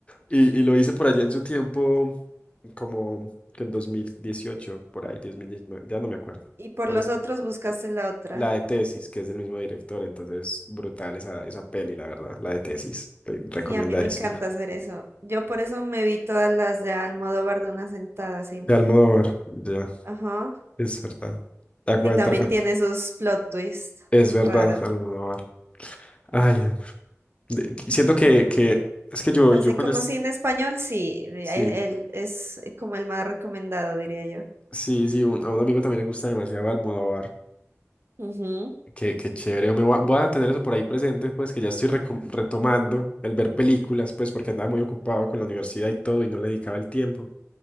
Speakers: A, on the left; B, on the right.
A: Y, y lo hice por allá en su tiempo, como que en 2018 por ahí, 2019 ya no me acuerdo.
B: Y por
A: Por
B: los
A: esa
B: otros
A: época.
B: buscaste la otra.
A: La de Tesis, que es del mismo director, entonces brutal esa, esa peli, la verdad, la de Tesis, re- recomendadísima.
B: Sí, a mí me encanta hacer eso. Yo por eso me vi todas las de Almodóvar de una sentada, sí.
A: De Almodóvar, ya,
B: Ajá.
A: es verdad. Aguanta,
B: Sí, también
A: aguanta.
B: tiene sus plot twists
A: Es verdad,
B: raro.
A: Almodóvar. Ay, hombre. De- Siento que, que es que yo,
B: Así
A: yo cuando
B: como
A: es...
B: cine español, sí, e-
A: Sí.
B: él es eh, como el más recomendado, diría yo.
A: Sí, sí, un- a un amigo también le gusta demasiado Almodóvar.
B: Ujú.
A: Qué, qué chévere. yo Me voy a, voy a tener eso por ahí presente, pues que ya estoy reco- retomando el ver películas, pues porque andaba muy ocupado con la universidad y todo y no le dedicaba el tiempo.